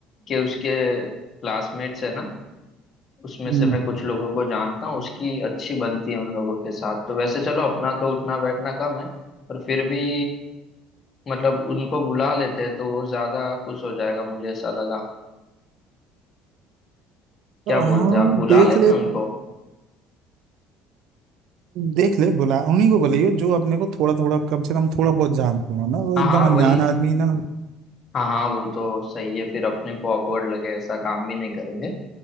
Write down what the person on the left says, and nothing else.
कि उसके क्लासमेट्स है ना उसमें
से मैं कुछ लोगों को जानता हूँ उसकी अच्छी बनती है उन लोगों के साथ तो वैसे चलो अपना तो उठना बैठना कम है पर फिर भी मतलब उनको बुला लेते हैं तो वो ज्यादा खुश हो जाएगा मुझे ऐसा लगा क्या
बोलते हो आप बुला
लेना
उनको
हाँ
हाँ
वही
हाँ हाँ वो तो सही है फिर अपने को awkward लगे ऐसा काम भी नहीं करेंगे